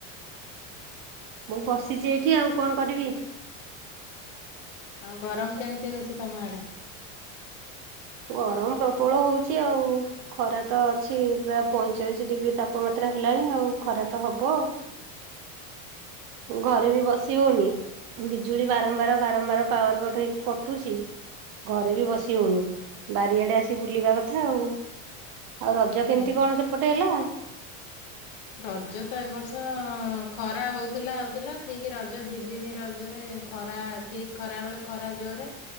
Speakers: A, on the right (about 60°); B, on the left (about 75°).
A: ମୁଁ ବସିଛି ଏଇଠି ଆଉ କଣ କରିବି।
B: ଆଉ ଗରମ କେମିତି ହଉଛି ତମ ଆଡେ?
A: ଗରମ ପ୍ରବଳ ହଉଛି ଆଉ। ଖରା ତ ଅଛି ପୁରା ପଇଁଚାଳିଶ ଡିଗ୍ରୀ ତାପମାତ୍ରା ହେଲାଣି ଆଉ ଖରା ତ ହବ। ଘରେ ବି ବସି ହଉନି ବିଜୁଳି ବାରମ୍ବାର ବାରମ୍ବାର ପାୱାର କଟ ହେଇକି କଟୁଛି। ଘରେ ବି ବସି ହେଉନି ବାରିଆଡ଼େ ଆସି ବୁଲିବା କଥା ଆଉ। ଆଉ ରଜ କେମିତି
B: ହଁ
A: କଣ ସେପଟେ ହେଲା?
B: ରଜ ତ ଏ ବର୍ଷ ଖରା ହଉଥିଲା ହଉଥିଲା ଠିକ ରଜ ଦି ଦିନି ରଜରେ ଖରା ଠିକ୍ ଖରାବେଳେ ଖରା ଜୋରରେ